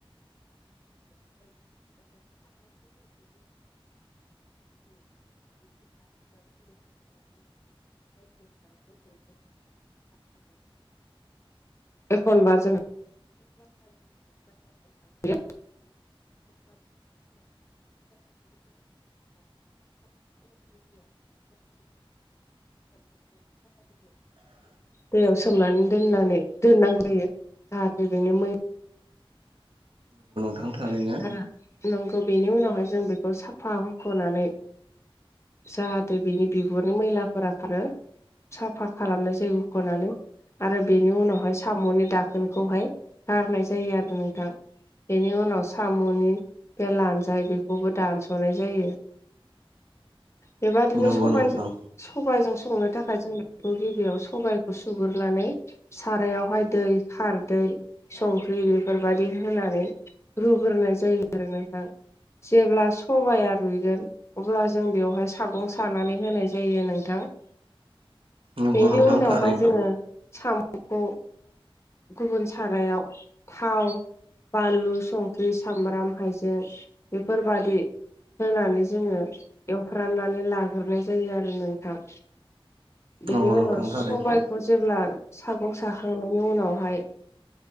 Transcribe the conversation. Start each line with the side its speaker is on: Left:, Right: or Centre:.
Left: <unintelligible> <unintelligible> <unintelligible> एखनबा जों <unintelligible> <unintelligible> <unintelligible> <unintelligible> दैयाव सोमनानै दोननानै दोननांगौ जायो जाहाथे बेनि मै
Right: थां थानाय
Left: मैला
Right: नोङा
Left: नंगौ बेनि उनावहाय जों बेखौ साफा हुखनानै जाहाथे बिनि बिगुरनि मैलाफोरा खारो साफा खालामनाय जायो उखनानै आरो बेनि उनावहाय सामनि दाखोनखौहाय गारनाय जायो आरो नोंथां बेनि उनाव सामनि बे लान्जाय बेखौबो दानसनाय जायो <inaudible> बेबदिनो
Right: नंगौ
Left: सबाइ
Right: नोंथां
Left: सबायजों संनो थाखाय जों बेखौ गिबियाव सबाइखौ सुग्रोननानै सारायावहाय दै खारदै संख्रि बेफोरबादि होनानै रुग्रोनाय जायो आरो नोंथां जेब्ला सबाया रुइगोन अब्ला जों बेयावहाय सागं सानानै होनाय जायो नोंथां
Right: नंगौ
Left: बेनि
Right: नोंथां
Left: उनावहाय
Right: थारैनो
Left: जोङो सामखौ गुबुन सारायाव थाव बानलु संख्रि सामब्राम हाइजें बेफोरबादि होनानै जोङो एवफ्रामनानै लाग्रोनाय जायो आरो नोंथां बेनि
Right: नंगौ नोंथां
Left: उनाव सबायखौ
Right: थारैनो
Left: जेब्ला सागं साखांनायनि उनावहाय